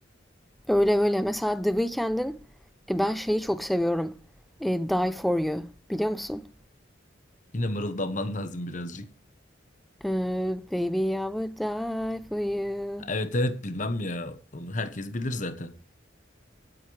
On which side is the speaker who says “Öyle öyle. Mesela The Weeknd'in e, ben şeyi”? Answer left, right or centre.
Centre